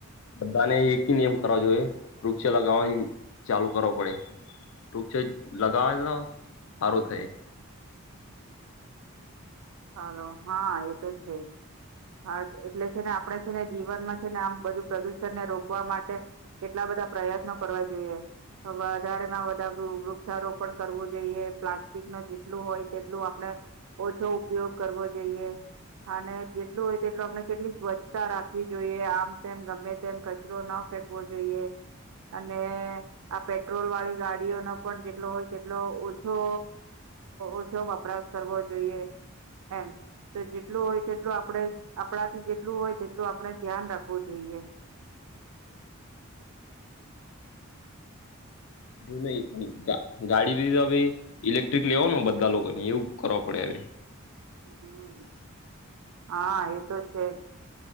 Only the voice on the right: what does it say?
હાલો હા એ તો છે હા એટલે છે ને આપણે છે ને જીવનમાં છે ને આમ બધું પ્રદુષણને રોકવા માટે કેટલા બધા પ્રયત્નો કરવા જોઈએ વધારેમાં વધારે વૃક્ષારોપણ કરવું જોઈએ પ્લાસ્ટિક ન જેટલું હોય તેટલું આપણે ઓછો ઉપયોગ કરવો જોઈએ અને જેટલું હોય તેટલ આપણે કેટલી સ્વચ્છતા રાખવી જોઈએ આમ તેમ ગમે તેમ કચરો ન ફેકવો જોઈએ અને આ પેટ્રોલ વાળી ગાડીઓનો પણ જેટલો હોય તેટલો ઓછો ઓછો વપરાશ કરવો જોઈએ એમ તો જેટલું હોય તેટલું આપણે આપણાથી જેટલું હોય તેટલું આપડણે ધ્યાન રાખવું જોઈએ
હમ હા એતો છેજ